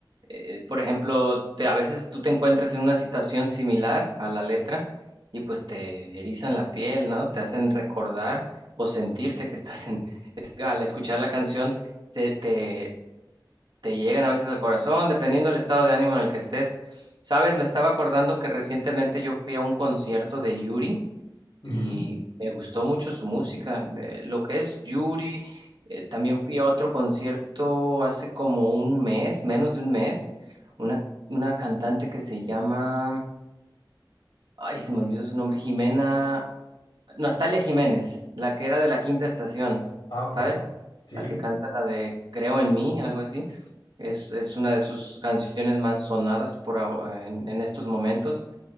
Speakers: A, on the right; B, on the left.
A: eh, por ejemplo, te, a veces tú te encuentras en una situación similar a la letra y pues te erizan la piel, ¿no? Te hacen recordar o sentirte que estás en, este, al escuchar la canción, te, te te llegan a veces al corazón, dependiendo del estado de ánimo en el que estés. Sabes, me estaba acordando que recientemente yo fui a un concierto de Yuri y
B: Ujú.
A: me gustó mucho su música. eh, lo que es Yuri, eh, también fui a otro concierto hace como un mes, menos de un mes, una, una cantante que se llama, ay, se me olvidó su nombre, Jimena Natalia Jiménez, la que era de la Quinta Estación,
B: Ah,
A: ¿sabes?
B: ok. Sí.
A: La que canta la de Creo en mí, algo así. Es, es una de sus canciones más sonadas por, aho- en, en estos momentos.